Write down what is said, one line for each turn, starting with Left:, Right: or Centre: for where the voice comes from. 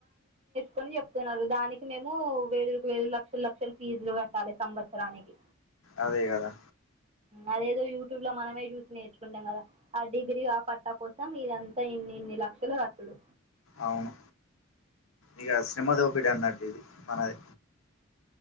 Right: కని చెప్తున్నారు దానికి మేము వేలుకు వేలు లక్షలు లక్షల ఫీజులు కట్టాలి సంవత్సరానికి.
Left: అదే కదా
Right: అదేదో యూట్యూబ్ లో మనమే చూసి నేర్చుకుంటాం కదా, ఆ డిగ్రీ ఆ పట్టా కోసం ఇదంతా ఇన్ని. ఇన్ని లక్షల కట్టుడు
Left: అవును ఇక శ్రమ దోపిడి అన్నట్టు. ది మనది